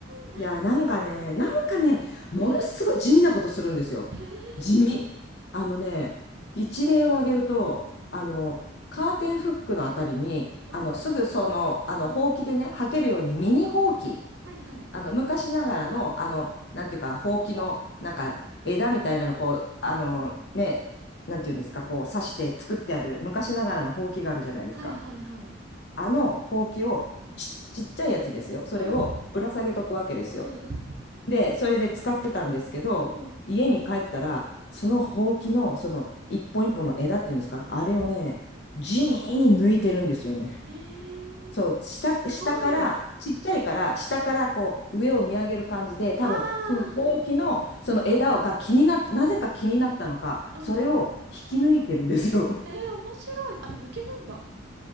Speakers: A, on the right (about 60°); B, on the left (about 60°).
A: ー、何、
B: いや、なんかね、
A: 何するんですか
B: なんかね、ものすごい地味なことするんですよ。
A: へえ、
B: 地味。あのね、一例を挙げると、
A: うん、
B: あの、カーテンフックのあたりに、
A: うん。
B: あの、すぐその、あの、ほうきでね、履けるようにミニほうき、
A: はいはい。
B: あの、昔ながらの、あの、
A: うん。
B: なんていうか、ほうきの、なんか、枝みたいなの、こう、あの、ね、なんていうんですか、こう、刺して作ってある、昔ながらのほうきがあるじゃないですか。
A: はいはいはい。
B: あのほうきを、
A: うん。
B: ち、ちっちゃいやつですよ。それをぶら下げとくわけですよ。
A: うん、うん、
B: で、それで使ってたんですけど、
A: うん。
B: 家に帰ったら、
A: うん
B: そのほうきの、その一本一本の枝っていうんですか、
A: うん
B: あれをね、
A: うん
B: 地味に抜いてるんですよね。
A: へえ、
B: そう、下、
A: すごい。
B: 下から、ちっちゃいから、下からこう、上を見上げる感じで、多分、
A: あ
B: そのほうきの、
A: あ、
B: その枝をが気になっ、なぜか気になったのか、
A: うん。
B: それを引き抜いてるんですよ。<laughs>
A: えー、面白い。あれ、抜けるんだ。